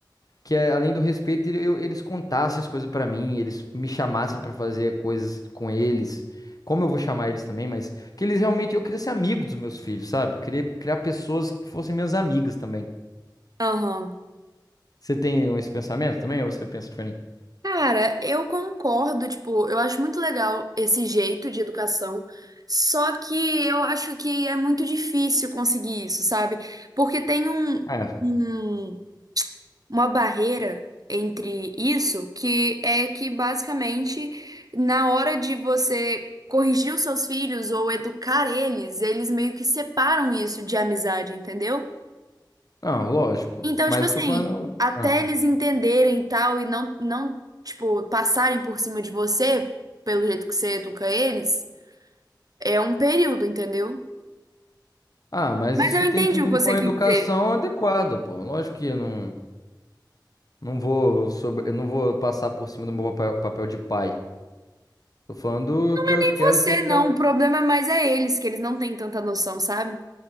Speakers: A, on the left; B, on the right.
A: que, eh, além do respeito, ele- eu- eles contassem as coisas pra mim, eles me chamassem pra fazer coisas com eles. Como eu vou chamar eles também, mas que eles realmente. Eu queria ser amigo dos meus filhos, sabe? Eu queria criar pessoas que fossem minhas amigas também.
B: Aham.
A: Você tem esse pensamento também ou você pensa diferente?
B: Cara, eu concordo, tipo, eu acho muito legal esse jeito de educação, só que eu acho que é muito difícil conseguir isso, sabe? Porque tem um,
A: É,
B: um- uma barreira entre isso, que é que basicamente na hora de você corrigir os seus filhos ou educar eles, eles meio que separam isso de amizade, entendeu?
A: Não, lógico.
B: Então,
A: Mas
B: tipo assim,
A: eu estou falando.
B: até
A: Ah.
B: eles entenderem e tal e não não, tipo, passarem por cima de você pelo jeito que você educa eles, é um período, entendeu?
A: Ah, mas
B: Mas
A: isso
B: eu entendi
A: tem que
B: o
A: vir
B: que você
A: com a
B: quis
A: educação
B: dizer.
A: adequada, pô. Lógico que eu não, não vou sobre, eu não vou passar por cima do meu papel, papel de pai. Tô falando
B: Não
A: que
B: é
A: eu
B: nem
A: quero
B: você,
A: ter aquela.
B: não. O problema mais é eles, que eles não têm tanta noção, sabe?